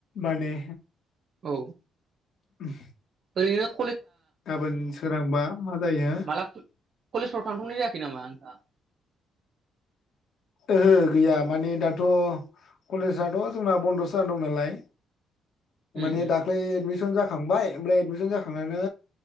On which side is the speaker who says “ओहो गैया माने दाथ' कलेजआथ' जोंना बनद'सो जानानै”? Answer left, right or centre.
Left